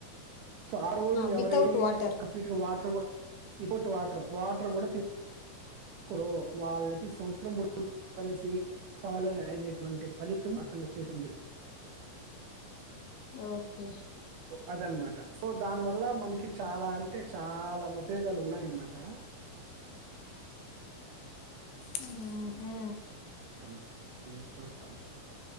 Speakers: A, on the right; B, on the left.
A: సో ఆ రోజు
B: వితౌట్
A: ఎవరైతే
B: వాటర్
A: కంప్లీట్ గా వాటర్ కూడా వితౌట్ వాటర్, వాటర్ కూడా తీసు కోరో వాళ్ళకి సంవత్సరం పొడుగు ఏకాదశి ఫాలో అయినటువంటి ఫలితం అతం వచ్చేసింది.
B: ఓకే
A: అద అనమాట సో దాని వల్ల మనకి చాలా అంటే చాలా ఉపయోగాలు ఉన్నాయన్నమాట.
B: ఉహ్మ్ హు
A: తం ఇప్పుడు చూస్తాం చూస్తాం